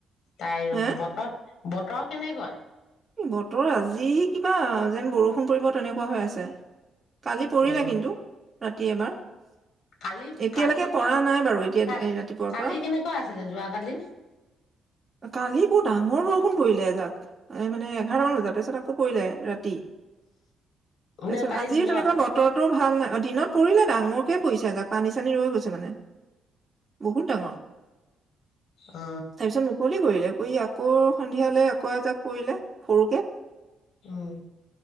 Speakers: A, on the left; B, on the right.
A: তাইৰ
B: হে
A: বতৰ বতৰ কেনেকুৱা?
B: বতৰ আজি কিবা যেন বৰষুণ পৰিব তেনেকুৱা হৈ আছে। কালি পৰিলে
A: অ
B: কিন্তু। ৰাতি এবাৰ
A: কালি
B: এতিয়ালৈকে
A: কালিতো
B: পৰা নাই বাৰু এতিয়া
A: কাল
B: এই ৰাতিপুৱাৰ
A: কালি
B: পৰা।
A: কেনেকুৱা আছিলে যোৱাকালি
B: কালি বহুত ডাঙৰ বৰষুণ পৰিলে এজাক এ মানে এঘাৰমান বজাত তাৰপিছত আকৌ পৰিলে ৰাতি তাৰপিছত
A: ন কালি
B: আজিও
A: দিনত
B: তেনেকুৱা বতৰটোও ভাল নাই দিনত পৰিলে ডাঙৰকে পৰিছে এজাক পানী চানী ৰৈ গৈছে মানে বহুত ডাঙৰ
A: অ
B: তাৰপিছত মুকলি কৰিলে কৰি আকৌ সন্ধিয়ালৈ আকৌ এজাক কৰিলে সৰুকে
A: উম